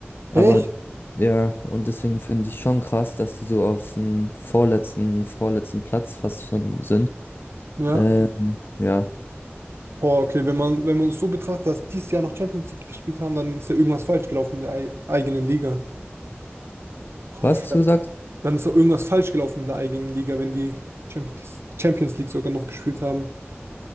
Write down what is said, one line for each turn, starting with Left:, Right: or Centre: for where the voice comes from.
Left: Aber
Right: Echt?
Left: ja, und deswegen finde ich schon krass, dass die so auf dem vorletzten, vorletzten Platz fast schon sind.
Right: Ja.
Left: Ähm, ja,
Right: Boah, okay, wenn man, wenn man es so betrachtet, dass dieses Jahr noch Champions League gespielt haben, dann ist ja irgendwas falsch gelaufen in der ei- eigenen Liga. Oh,
Left: was
Right: vielleicht-
Left: hast du gesagt?
Right: dann ist doch irgendwas falsch gelaufen in der eigenen Liga, wenn die Champions, Champions League sogar noch gespielt haben.